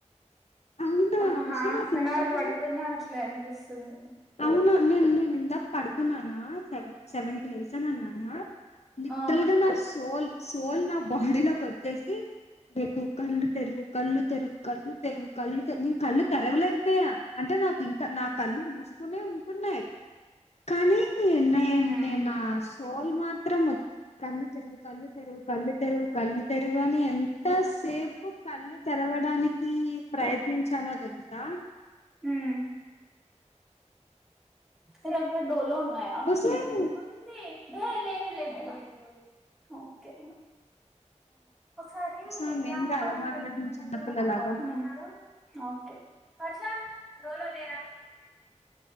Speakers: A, on the left (about 60°); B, in the centre.
A: అవునా
B: ఒక హాఫ్
A: ఉషా నాకు
B: అన్
A: ఇందాక
B: అవర్ పడుకున్నా అట్లే అనిపిస్తుంది
A: అవునా నేను నేను ఇందాక పడుకున్నానా సెవ సెవెన్ కి లేసాన అన్నానా లిటరలు
B: ఆ
A: గా నా సోల్ సోల్ నా బాడీలోకి వచ్చేసి లెగు కళ్ళు తెరువు కళ్ళు తెరువు కళ్ళు తెరువు కళ్ళు తెరువు నేను కళ్ళు తెరవలేక పోయా అంటే నాకు ఇంకా
B: ఉమ్
A: నా కళ్ళు మూసుకునే ఉంటున్నాయి కానీ నా నే
B: ఉమ్
A: నే నా సోల్ మాత్రం కళ్ళు తెరువు కళ్ళు తెరువు కళ్ళు తెరువు కళ్ళు తెరువు అని ఎంత సేపు కళ్ళు తెరవడానికి ప్రయత్నించానో తెలుసా
B: ఉం నీ దగ్గర డోలో ఉన్నాయా
A: హుసేన్
B: ఉంది డోలో లేదు లే మేడం ఓకే ఒకసారి ఫ <unintelligible>
A: హుసామ్ ఏంటి అలా
B: కాాలంటడి
A: మాట్లాడుతుంది
B: మీను
A: చిన్నపిల్లలాగా
B: ఎందరుూ మాక్కవాలంటున్నాడు ఓకే వర్షా డోలో దేరా